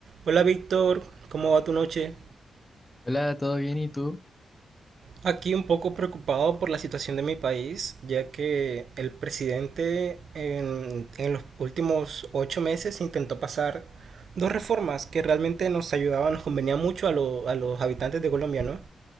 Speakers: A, on the right; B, on the left.
A: Hola Víctor, ¿cómo va tu noche?
B: Hola, ¿todo bien? ¿Y tú?
A: Aquí un poco preocupado por la situación de mi país, ya que el presidente en, en los últimos ocho meses intentó pasar dos reformas que realmente nos ayudaban, nos convenía mucho a, lo- a los habitantes de Colombia, ¿no?